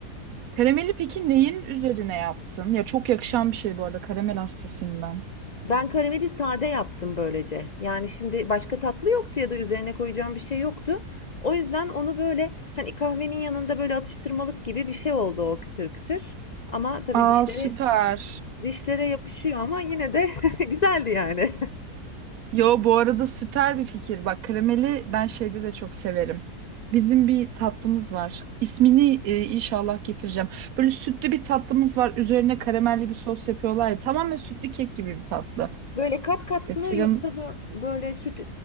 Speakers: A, on the right (about 70°); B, on the left (about 80°).
A: Karameli peki neyin üzerine yaptın? Ya çok yakışan bir şey bu arada. Karamel hastasıyım ben.
B: Ben karameli sade yaptım böylece. Yani şimdi başka tatlı yoktu ya da üzerine koyacağım bir şey yoktu. O yüzden onu böyle hani kahvenin yanında böyle atıştırmalık gibi bir şey oldu o kıtır kıtır. Ama tabii
A: Aa
B: dişlere
A: süper.
B: dişlere yapışıyor ama yine de <laughs> güzeldi yani.
A: Yo bu arada süper bir fikir. Bak karameli ben şeyde de çok severim. Bizim bir tatlımız var. İsmini e, inşallah getireceğim. Böyle sütlü bir tatlımız var. Üzerine karamelli bir sos yapıyorlar ya. Tamamen sütlü kek gibi bir tatlı.
B: <laughs> Böyle kat kat
A: Getirim.
B: mı yoksa bu- böyle süt